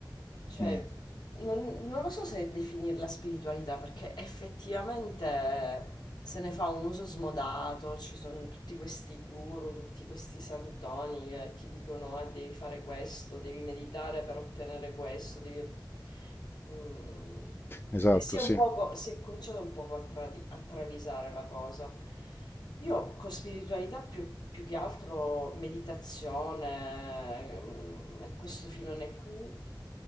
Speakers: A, on the left (about 65°); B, on the left (about 30°).
A: cioè,
B: mm,
A: non, non lo so se definirla spiritualità, perché effettivamente se ne fa un uso smodato, ci sono tutti questi guru, tutti questi santoni che ti dicono, ah, devi fare questo, devi meditare per ottenere questo, devi... ott-" mm,
B: esatto,
A: che sia
B: sì,
A: un poco, si è cominciato un poco a, tradi- a travisare la cosa. Io con spiritualità più, più che altro meditazione, mm, e questo filone qui,